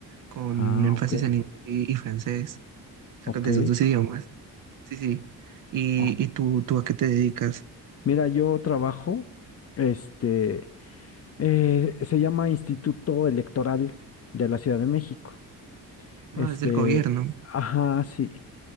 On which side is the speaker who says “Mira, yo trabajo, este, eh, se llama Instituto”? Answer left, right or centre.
Left